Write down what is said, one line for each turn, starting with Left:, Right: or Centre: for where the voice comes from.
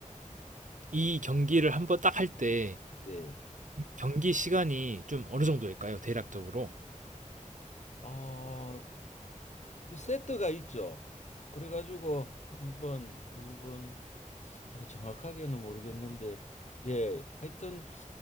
Right: 이 경기를 한번 딱 할 때
Left: 네.
Right: 경기 시간이 좀 어느 정도일까요? 대략적으로?
Left: 어, 그 세트가 있죠. 그래가지고 한 번, 두 번, 제가 정확하게는 모르겠는데, 예, 하여튼